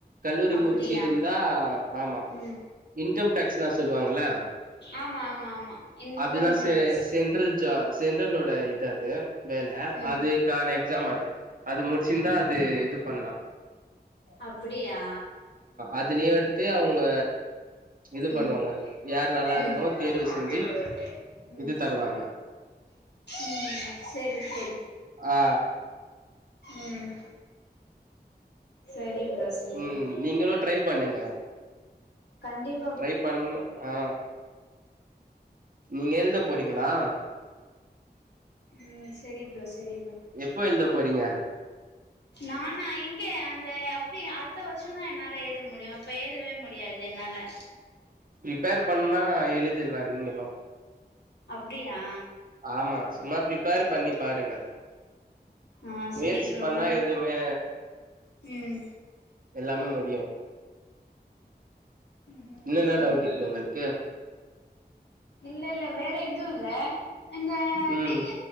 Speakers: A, on the right (about 55°); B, on the left (about 80°).
A: கல்லூரி
B: அப்டியா
A: முடிச்சி இருந்தா ஆமா
B: ம்
A: இன்கம் டேக்ஸ்லா சொல்வாங்கல
B: ஆமா ஆமா ஆமா இன்கம்
A: அதெல்லா செ
B: டேக்ஸ்
A: சென்ட்ரல் ஜா சென்ட்ரலோட இது அது வேல
B: ம்
A: அதுக்கான எக்ஸாம் அது அது முடிச்சிருந்தா அது இது பண்லா
B: அப்டியா
A: அதுலியு எடுத்து அவுங்க இது
B: ம்
A: பண்ணுவாங்க யார் நல்லா இருக்காங்களோ
B: ம்
A: தேர்வு
B: ம்
A: செஞ்சு இது தருவாங்க
B: ம் செரி செரி
A: ஆ
B: ம் செரி ப்ரோ செரி
A: ம்
B: ப்ரோ
A: நீங்களு ட்ரை பண்ணுங்க
B: கண்டிப்
A: ட்ரை பண்ணு ஆ நீங்க எழுத போறிங்களா
B: ம் செரி ப்ரோ செரி ப்ரோ
A: எப்ப எழுத போறிங்க
B: நானா எங்கே அந்த அப்டி அடுத்த வருஷந்தா என்னால எழுத முடியு இப்ப எழுதவே முடியாது என்னால
A: ப்ரிப்பேர் பண்ணா எழுதிர்லா நீங்களு
B: அப்டியா
A: ஆமா சும்மா ப்ரிப்பேர் பண்ணி பாருங்க
B: ஆ
A: முயற்சி
B: சரி ப்ரோ
A: பண்ணா
B: கண்டி
A: எதுமே
B: ம்
A: எல்லாமே முடியு
B: ம்
A: இதுல்ல என்ன
B: சரி
A: டவுட்
B: ப்ரோ
A: இருக்கு உங்களுக்கு
B: இல்ல இல்ல வேற எதுவும் இல்ல இந்த
A: ம்
B: டிய